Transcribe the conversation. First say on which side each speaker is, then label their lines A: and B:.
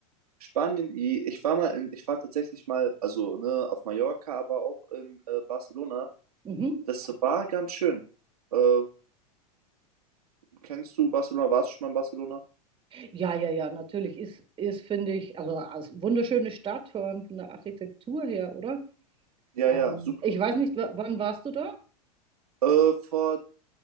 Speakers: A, on the right (about 70°); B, on the right (about 25°).
A: Spanien. I- Ich war mal in, ich war tatsächlich mal, also ne, auf Mallorca, aber auch in äh, Barcelona.
B: Mhm.
A: Das war ganz schön. Äh, kennst du Barcelona? Warst du schon mal in Barcelona?
B: Ja, ja, ja, natürlich ist, ist finde ich, also als wunderschöne Stadt von, von der Architektur her, oder?
A: Ja,
B: Ähm,
A: ja, super.
B: ich weiß nicht, wa- wann warst du da?
A: Äh, vor